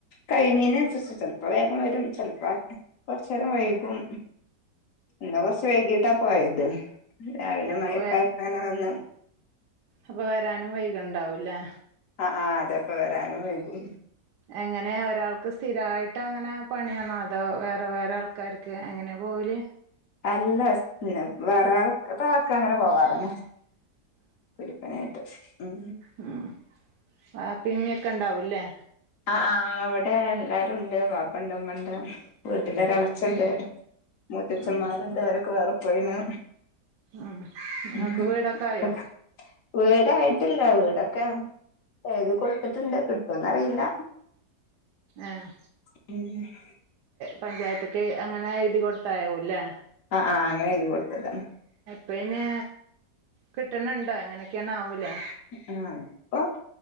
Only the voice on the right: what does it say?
അപ്പൊ
അപ്പ വരാനും വൈകണ്ടാവൂല്ലേ
എങ്ങനെ ഒരാൾക്ക് സ്ഥിരമായിട്ട് അങ്ങനെ പണിയാണോ അതോ വേറെ വേറെ ആൾക്ക് ക്കാർക്ക് എങ്ങനെ പോവൽ
ഉം വാപ്പിം ഉമ്മി യൊക്കെ ഉണ്ടാവല്ലേ
ഉം
ഉം ഇങ്ങക്ക്
വീടൊക്കെ ആയോ
ഏഹ്
പഞ്ചായത്ത്ക്ക് അങ്ങനെ എഴുതി കൊടുത്താവൂലേ
പിന്നെ കിട്ടണുണ്ടോ എങ്ങനെയൊക്കെയാണ് ആവല്ലേ